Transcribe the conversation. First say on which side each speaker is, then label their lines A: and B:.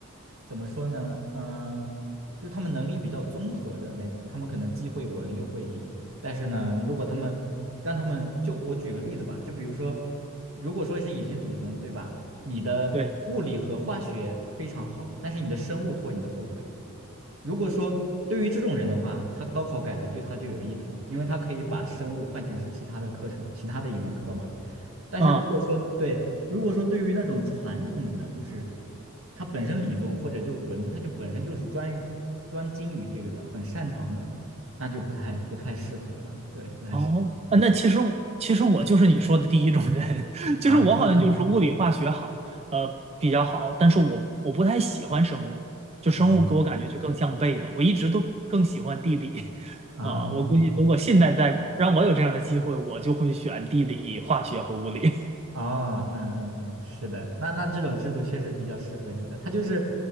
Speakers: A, on the right; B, on the right.
A: 怎么说呢？嗯、就是他们能力比较综合的那种，他们可能既会文又会理，但是呢，你如果他们让他们就我举个例子吧，就比如说，如果说是以前理综对吧，你的物理和化学非常好，
B: 对，
A: 但是你的生物拖你的后腿。如果说对于这种人的话，他高考改革对他就有益处，因为他可以把生物换成是其他的课程，其他的一门课嘛。但是如果说对，
B: 啊。
A: 如果说对于那种传统的，就是他本身理综或者就文综，他就本身就是专专精于这个的，很擅长的，那就不太不太适合了。对，不太适合
B: 哦，啊那其实其实我就是你说的第一种人，<laughs> 就是我好像就是物理化学好，
A: 啊。
B: 呃，比较好，但是我我不太喜欢生物，就生物给我感觉就更像背的，
A: 啊
B: 我一直都更喜欢地理，<laughs>
A: 啊
B: 啊、我估计如果现在再让我有这样的机会，我就会选地理、化学和物理，
A: 哦，嗯嗯嗯，是的，那那这种制度确实比较适合你的。它就是